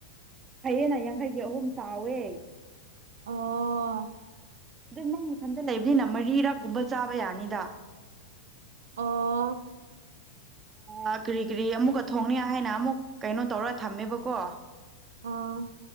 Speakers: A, on the right; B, on the right.
A: ꯐꯩꯌꯦꯡꯅ ꯌꯥꯡꯈꯩꯒꯤ ꯑꯍꯨꯝ ꯆꯥꯎꯋꯦ
B: ꯑꯣ
A: ꯑꯗꯨꯣ ꯅꯪ ꯃꯊꯟꯇ ꯂꯩꯕꯅꯤꯅ ꯃꯔꯤꯔꯛꯒꯨꯝꯕ ꯆꯥꯕ ꯌꯥꯅꯤꯗ
B: ꯑꯣ
A: ꯑꯣ ꯀꯔꯤ ꯀꯔꯤ ꯑꯃꯨꯛꯀ ꯊꯣꯡꯅꯤ ꯍꯥꯏꯅ ꯑꯃꯨꯛ ꯀꯩꯅꯣ ꯇꯧꯔ ꯊꯝꯃꯦꯕꯀꯣ
B: ꯑꯥ